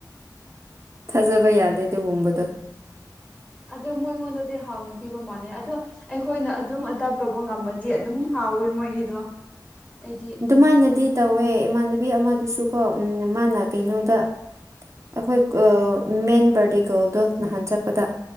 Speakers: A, on the right (about 40°); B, on the left (about 15°).
A: ꯊꯥꯖꯕ ꯌꯥꯗꯦ ꯑꯗꯨꯒꯨꯝꯕꯗꯣ
B: ꯑꯗꯣ ꯃꯣꯏꯉꯣꯟꯗꯗꯤ ꯍꯥꯎꯅ ꯄꯤꯕ ꯃꯥꯜꯂꯦ ꯑꯗꯣ ꯑꯩꯈꯣꯏꯅ ꯑꯗꯨꯝ ꯑꯗꯥꯞ ꯇꯧꯕ ꯉꯝꯃꯗꯤ ꯑꯗꯨꯝ ꯍꯥꯎꯋꯦ ꯃꯣꯏꯒꯤꯗꯣ ꯑꯩꯗꯤ
A: ꯑꯗꯨꯃꯥꯏꯅꯗꯤ ꯇꯧꯋꯦ ꯏꯃꯥꯟꯅꯕꯤ ꯑꯃꯗꯨꯁꯨꯀꯣ ꯎꯝ ꯃꯥꯅ
B: ꯎꯝ
A: ꯀꯩꯅꯣꯗ ꯑꯩꯈꯣꯏ ꯑ ꯃꯦꯟ ꯕꯥꯔꯗꯦ ꯒꯔꯜꯗꯣ ꯅꯍꯥꯟ ꯆꯠꯄꯗ